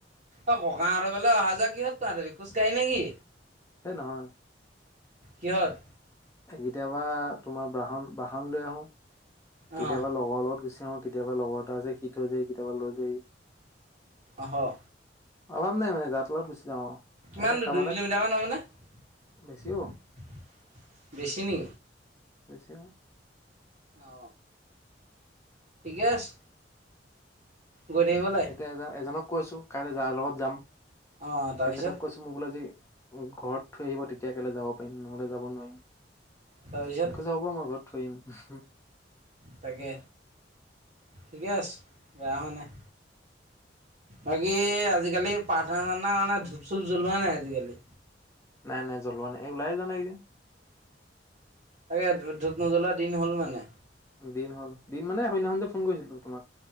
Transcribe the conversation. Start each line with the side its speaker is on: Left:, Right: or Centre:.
Right: অ ককাহঁতৰ বলে অহা যোৱা কিহত তহাঁতৰ খোজ কাঢ়ি নে কিি
Left: সেই নহয়
Right: কিৃহত
Left: কেতিয়াবা তোমাৰ বাহন বাহন লৈ আহো
Right: অ',
Left: কেতিয়াবা লগৰ লগত গুচি তেওঁ কেতিয়াবা লগৰ এটা আছে শিীত হৈ যায় কেতিয়াবা লৈ যায়
Right: আহহ
Left: অভাম নাই মানে জাত তলত গুচি যাওঁ
Right: কিমান
Left: এটা
Right: দূ
Left: কাৰোবাৰ
Right: দুই কিলোমিটাৰমানান
Left: এটাক
Right: হ মানে
Left: বেছি হ'ব
Right: বেছি নি
Left: বছিও
Right: অ ঠিকে আছে গৈ থাকিব লাগে।
Left: এতিয়া এ এজনক কৈছো কাইলে যাৰ লগত যাম
Right: অ', তাৰপিছত,
Left: তেখেতক কৈছো মোৰ বোলোজি ঘৰত থৈ আহিব তেতিয়া কেলে যাব নহলে যাব নোৱাৰিম
Right: তাৰপিছত
Left: একোছ হ'ব মই ঘৰত থৈম উম
Right: তাকে ঠিকে আছে বেয়া হোৱা নাই বাকী আজিকালি পাৰ্থনাখা মানে ধূপ চুপ জ্বলোৱাই নাই আজিকালি
Left: নাই নাই জ্বলোৱা নাই এই ওলাইে যোৱা নাই একদিন
Right: আাকে ধূপ নজ্বলা দিন হ'ল মানে
Left: দিন হ'ল দিন মানে সন্্য স্য ফোন কৰিছিলো তোমাক